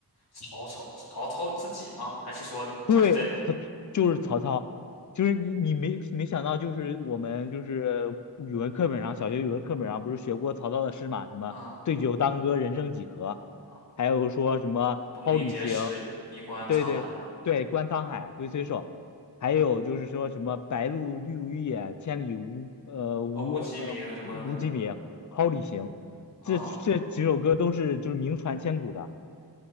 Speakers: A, on the left (about 65°); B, on the left (about 45°).
A: 曹操，曹操自己吗？还是说他是在
B: 对，他就是曹操，就是你你没没想到，就是我们就是语文课本上，小学语文课本上不是学过曹操的诗嘛？什么对酒当歌，
A: 啊
B: 人生几何，
A: 啊，
B: 还有说什么蒿里行，
A: 东临碣石，以观沧海
B: 对对对，观沧海，龟虽寿，还有就是说什么白鹭绿于野，千里无呃无呃无鸡鸣，
A: 啊，无鸡鸣什么那个
B: 蒿里行，
A: 啊？
B: 这这几首歌都是就是名传千古的，